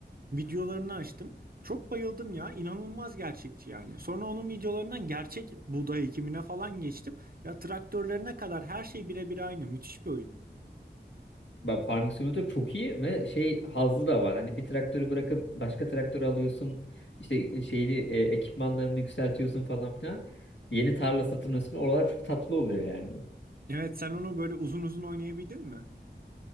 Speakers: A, on the right; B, on the left.
A: videolarını açtım. Çok bayıldım ya. İnanılmaz gerçekçi yani. Sonra onun videolarından gerçek buğday ekimine falan geçtim. Ya traktörlerine kadar her şey birebir aynı. Müthiş bir oyun.
B: Ben Farming Simulator çok iyi ve şey hazzı da var. Hani bir traktörü bırakıp başka traktör alıyorsun. İşte e, şeyini e, ekipmanlarını yükseltiyorsun falan filan. Yeni tarla satın alıyorsun. Oralar çok tatlı oluyor yani.
A: Evet sen onu böyle uzun uzun oynayabildin mi?